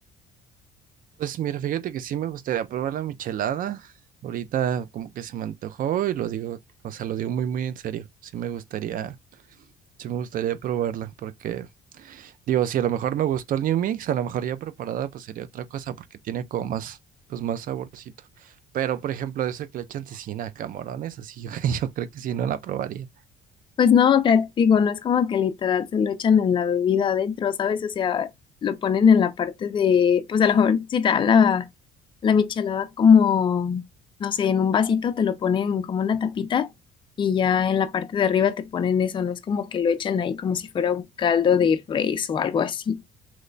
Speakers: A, on the right; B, on the left.
A: Pues mira, fíjate que sí me gustaría probar la michelada. Ahorita como que se me antojó y lo digo, o sea, lo digo muy, muy en serio. Sí me gustaría, sí me gustaría probarla porque Digo, si a lo mejor me gustó el New Mix, a lo mejor ya preparada, pues sería otra cosa, porque tiene como más, pues más saborcito. Pero, por ejemplo, eso que le echan cecina a camarones, así yo, <laughs> yo creo que sí no la probaría.
B: Pues no, te digo, no es como que literal se lo echan en la bebida adentro, ¿sabes? O sea, lo ponen en la parte de, pues a lo mejor si te da la, la michelada como, no sé, en un vasito te lo ponen como una tapita y ya en la parte de arriba te ponen eso, no es como que lo echan ahí como si fuera un caldo de res o algo así.